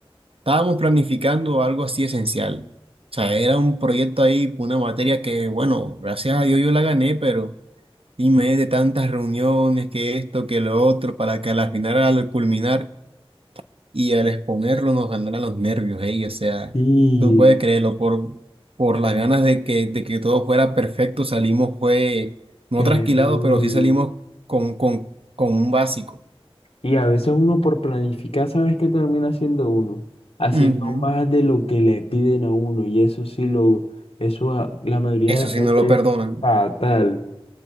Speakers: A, on the right; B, on the left.
A: Estábamos planificando algo así esencial. O sea, era un proyecto ahí, una materia que, bueno, gracias a Dios yo la gané, pero y me de tantas reuniones, que esto, que lo otro, para que al final, al culminar, y al exponerlo nos ganará los nervios, ey, O sea,
B: Y
A: tú puedes creerlo, por, por las ganas de que, de que todo fuera perfecto, salimos, fue, no
B: terrible.
A: trasquilado, pero sí salimos con, con, con un básico.
B: Y a veces uno por planificar, ¿sabes qué termina haciendo uno? Haciendo
A: Ujú.
B: más de lo que le piden a uno. Y eso sí lo, eso a- la mayoría
A: Eso
B: de las
A: sí
B: veces
A: no lo perdonan.
B: es fatal.